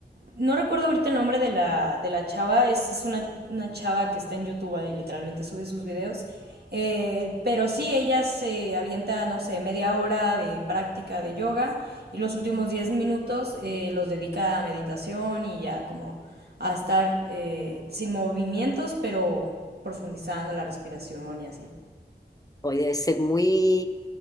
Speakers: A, on the right; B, on the left.
A: no recuerdo ahorita el nombre de la, de la chava, es, es una, una chava que está en YouTube y literalmente sube sus videos, eh, pero sí, ella se avienta, no sé, media hora de práctica de yoga y los últimos 10 minutos eh, los dedica a meditación y ya como a estar eh, sin movimientos, pero profundizando la respiración y así.
B: Hoy debe ser muy,